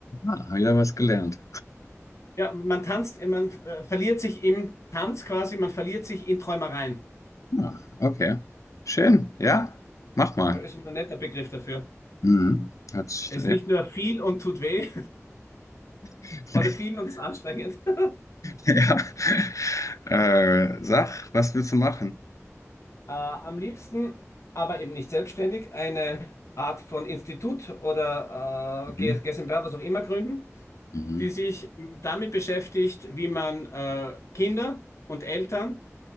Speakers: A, on the left (about 85°); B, on the left (about 65°).
A: Ah, hab ja was gelernt.
B: Ja, man tanzt, äh, man äh, verliert sich im Tanz quasi, man verliert sich in Träumereien.
A: Ah, okay. Schön, ja, mach mal.
B: Ja, ist ein netter Begriff dafür.
A: Mhm. Hat sich,
B: Es
A: ja.
B: ist nicht nur viel und tut weh,
A: <laughs>
B: Oder viel und ist anstrengend. <laughs>
A: Ja. Äh, sag, was willst du machen?
B: Äh, am liebsten, aber eben nicht selbstständig, eine Art von Institut oder
A: Mhm.
B: äh, GmbH, was auch immer gründen,
A: Mhm.
B: die sich damit beschäftigt, wie man äh, Kinder und Eltern